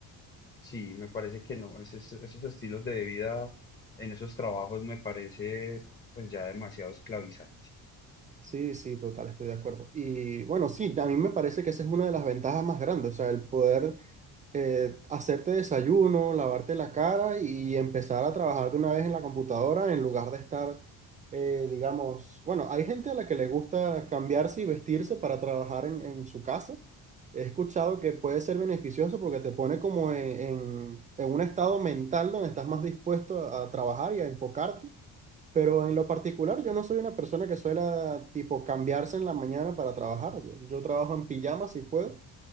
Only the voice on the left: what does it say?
Sí, me parece que no. Esos, esos estilos de vida en esos trabajos me parece pues ya demasiado esclavizante.